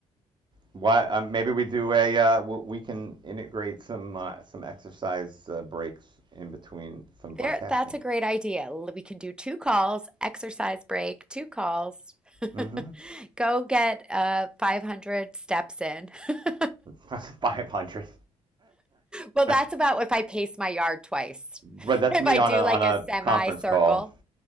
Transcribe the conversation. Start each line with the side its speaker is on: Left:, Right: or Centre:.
Right: Why? Uh, maybe we do a. Uh, we can integrate some uh, some exercise uh, breaks in between some of
Centre: There,
Right: our tasking.
Centre: that's a great idea. L- We can do two calls, exercise break, two calls.
Right: Mm-hmm.
Centre: <laughs> Go get uh 500 steps in. <laughs>
Right: <laughs> Five hundred.
Centre: Well, that's
Right: <laughs>
Centre: about if I pace my yard twice.
Right: But
Centre: <laughs>
Right: that's
Centre: If
Right: me
Centre: I
Right: on
Centre: do
Right: a on
Centre: like
Right: a
Centre: a semicircle.
Right: conference call,